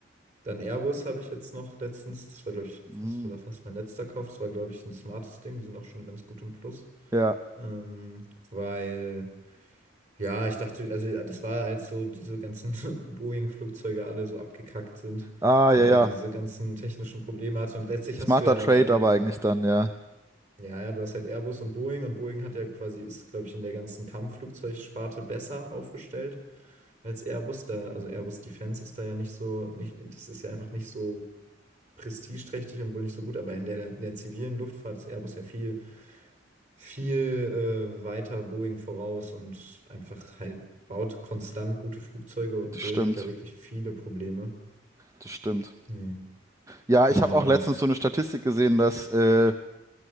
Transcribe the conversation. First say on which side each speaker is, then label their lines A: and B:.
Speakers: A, on the right (about 40°); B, on the right (about 15°).
A: dann Airbus habe ich jetzt noch letztens, das war glaube ich fast
B: Hm,
A: oder fast mein letzter Kauf, das war glaube ich ein smartes Ding, die sind auch schon ganz gut im Plus.
B: ja.
A: Ähm, weil, ja, ich dachte, also ja, das war halt so, diese ganzen <laughs> Boeing-Flugzeuge alle so abgekackt sind
B: Ah,
A: und
B: ja, ja.
A: dann diese ganzen technischen Probleme hatte. Und letztlich
B: Smarter
A: hast du ja
B: Trade
A: dann,
B: aber eigentlich dann, ja.
A: ja, ja, du hast halt Airbus und Boeing und Boeing hat ja quasi, ist glaube ich in der ganzen Kampfflugzeugsparte besser aufgestellt als Airbus. Da, also Airbus Defense ist da ja nicht so, nicht, das ist ja einfach nicht so prestigeträchtig und wohl nicht so gut, aber in der, in der zivilen Luftfahrt ist Airbus ja viel, viel äh, weiter Boeing voraus und einfach halt baut konstant gute Flugzeuge und
B: Das
A: Boeing
B: stimmt.
A: hat ja wirklich viele Probleme.
B: Das stimmt.
A: Nee,
B: Ja,
A: genau.
B: ich habe auch letztens so eine Statistik gesehen, dass äh,